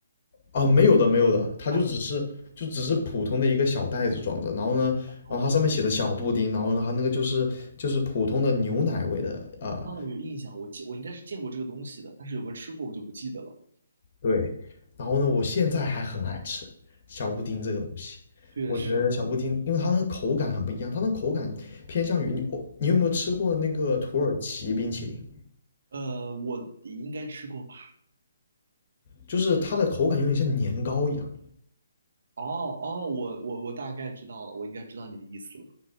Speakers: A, on the left; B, on the right.
A: 啊，没有的，没有的，它就只是就只是普通的一个小袋子装着，
B: 啊，
A: 然后呢，
B: 我很记，
A: 然后它上面写的小布丁，然后呢，它那个就是就是普通的牛奶味的呃
B: 那我有印象，我记，我应该是见过这个东西的，但是有没有吃过我就不记得了。
A: 对，然后呢，我现在还很爱吃小布丁这个东西。
B: 嗯，确实，
A: 我觉得小布丁，因为它那个口感很不一样，它那口感偏向于你我，你有没有吃过那个土耳其冰淇淋？
B: 呃，我应该吃过吧？
A: 就是它的口感有点像年糕一样。
B: 哦哦，我我我大概知道了，我应该知道你的意思了，